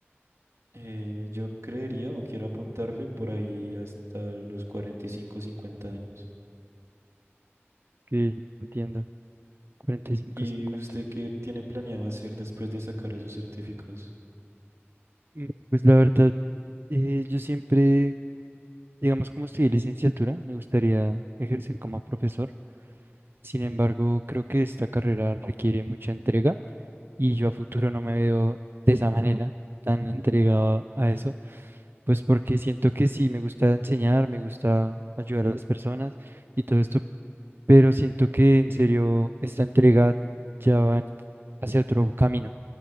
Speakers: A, on the right; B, on the right.
A: Eh, yo creería o quiero apuntarle por ahí hasta los 45 o 50 años.
B: Que entiendo, 45,
A: ¿Y
B: 50.
A: usted qué tiene planeado hacer después de sacar esos certificados?
B: Mm, Pues la verdad. Eh, yo siempre, digamos, como estudié licenciatura, me gustaría ejercer como profesor. Sin embargo, creo que esta carrera requiere mucha entrega y yo a futuro no me veo de esa manera tan entregado a eso, pues porque siento que sí, me gusta enseñar, me gusta ayudar a las personas y todo esto, pero siento que en serio esta entrega ya va hacia otro camino.